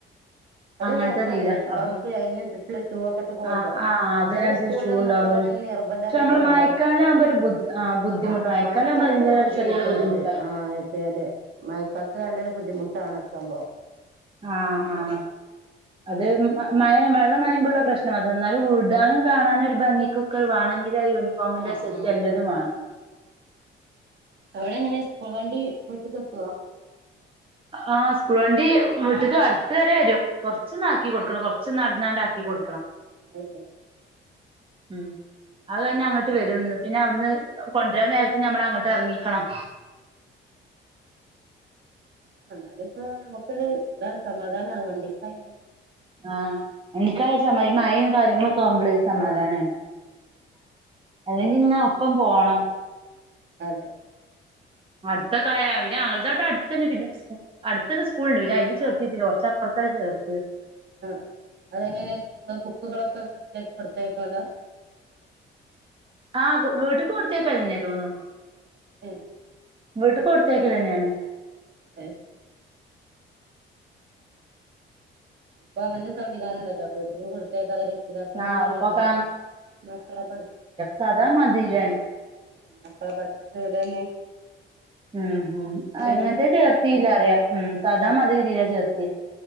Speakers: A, on the right; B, on the right.
A: അതൊരു
B: അങ്ങനത്തെതീല
A: രസാണ് ഈ യൂണിഫോമ്ക്ക്
B: അപ്പൊ
A: അയിന് അനുസരിച്ചുള്ള ഷൂ ഒക്കെ ഇട്ട് പോകുമ്പോ
B: ആ ആ അതിനനുസരിച്ച്
A: ചെല സ്കൂളിലൊന്നും
B: ഷൂ ഉണ്ടാവുമ്പോ
A: ഇപ്പോ അങ്ങനെ നിർ ബന്ധ
B: പക്ഷെ
A: ആക്കിയിട്ടില്ലല്ലോ
B: നമ്മള് മഴക്കാലം ആകുമ്പോ ഒരു ബുദ്ധി ബുദ്ധിമുട്ട്
A: ആ
B: മഴക്കാലം
A: മഴക്കാലത്തൊരു
B: ആകുമ്പോ അതിന്റേതായ
A: ബുദ്ധിമുട്ട്
B: ചെറിയൊരു ബുദ്ധിമുട്ടാ
A: ഇണ്ടത് ആഹ് അതെ അതെ മഴക്കാലത്ത് നല്ലൊരു ബുദ്ധിമുട്ടാണത് സംഭവം
B: ആഹ് ആഹ് അത് മഴ വെള്ളം നനിമ്പള്ള പ്രശ്നം അത് എന്നാലും വിടാനും കാണാനും ഒരു ഭംഗിക്കൊക്കെ ക്ക് വാണെങ്കിലാ യൂണിഫോമിന്റെ
A: ആ
B: സെറ്റ്
A: ആ
B: എല്ലതും വാണം.
A: അവിടെങ്ങനെ സ്കൂൾ വണ്ടി വീട്ട്ക്കെത്തോ?
B: ആഹ് സ്കൂൾ വണ്ടീ വീട്ട്ക്ക് അട്ത്ത് വരേ വെരും. കൊർച്ചൊന്നാക്കി കൊട്ക്കണം, കൊറച്ച് നട്ന്നാണ്ട് ആക്കിക്കൊട്ക്കണം.
A: <unintelligible>
B: ഉം അത് കഴ്ഞ്ഞാ അങ്ങട്ട് വെരുംന്ന് പിന്നെ അവ്ട്ന്ന് കൊണ്ട് രാൻ നേരത്ത് ഞമ്മളങ്ങട്ട് എർങ്ങിക്കണം.
A: ആഹ് ന്നാലുംപ്പോ നമ്മക്കൊര് താണ് സമാധാനാണ് വണ്ടിക്കായാല്.
B: ആഹ് ഇൻക്കൈശാ മയി ഈ മയിം കാര്യങ്ങളൊക്കാവുമ്പളേ ഒരു സമാധാനാണ്.
A: ആ
B: അല്ലെങ്കിങ്ങനെ ഒപ്പം പോണം.
A: അതെ
B: അട്ത്തൊക്കായാ പിന്നെ ഞങ്ങൾടത് വടെ അട്ത്തെന്നെ, പിന്നെ <unintelligible> അട്ത്തെന്നെ സ്കൂള്ണ്ട്. പിന്നയ്ല് ചേർത്തീട്ടില്ല, കൊർച്ചപ്പൊർത്താ ചേർത്ത്യേ.
A: ആഹ് അതെങ്ങനെ സ്കൂള്ലെ ബുക്കുകളൊക്കെ വീട്ടിലേക്ക് കൊടുത്തയക്ക്ണതാ?
B: ആഹ് വീട്ട്ക്ക് കൊടുത്തേക്കലെന്നെ തോന്ന്ണ്.
A: ഉം.
B: വീട്ട്ക്ക് കൊടുത്തേക്കലെന്നേണ്.
A: <unintelligible> ഇപ്പൊ അങ്ങൻത്തെ സംവിധാനണ്ടാക് വീട്ട്ക്ക് കൊടുത്തേക്കാതെ രക്ഷിതാക്കളൊന്നറ്യണ്ട.
B: ആഹ് ഇപ്പൊക്കെ
A: മക്കളെ പഠ്
B: സാധാ മാതിരിയാണ്.
A: ഉം മക്കളെ പഠ്പ്പിച്ചൗടേണ്?
B: ഉം ഹും. ആഹ് ഇങ്ങൻത്തേ
A: ഇത്
B: ചേർത്തീല്ലാറ്യാ. ഉം സാധാ മാതിരി ഇതീലാ ചേർത്ത്യെ